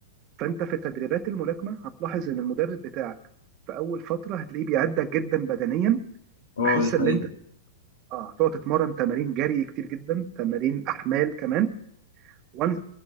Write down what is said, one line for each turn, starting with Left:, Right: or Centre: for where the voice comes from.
Right: فانت في تدريبات الملاكمه هتلاحظ ان المدرب بتاعك في اول فتره هتلاقيه بيعدك جدا بدنيا
Left: اه
Right: بحيث
Left: دي
Right: ان
Left: حقيقة
Right: انت اه تقعد تتمرن تمارين جري كتير جدا تمارين احمال كمان وان